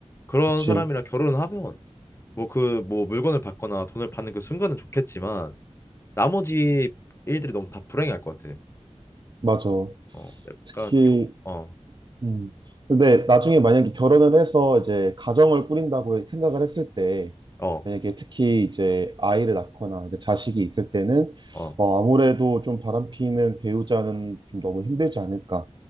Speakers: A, on the left; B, on the right.
A: 그런
B: 그치.
A: 사람이랑 결혼을 하면 뭐 그 뭐 물건을 받거나 돈을 받는 그 순간은 좋겠지만 나머지 일들이 너무 다 불행할 것 같아.
B: 맞아.
A: 어 약간
B: 특히
A: 겨, 어,
B: 음. 근데 나중에 만약에 결혼을 해서 이제 가정을 꾸린다고 생각을 했을 때,
A: 어,
B: 만약에 특히 이제 아이를 낳거나 이제 자식이 있을 때는
A: 어.
B: 어, 아무래도 좀 바람피는 배우자는 좀 너무 힘들지 않을까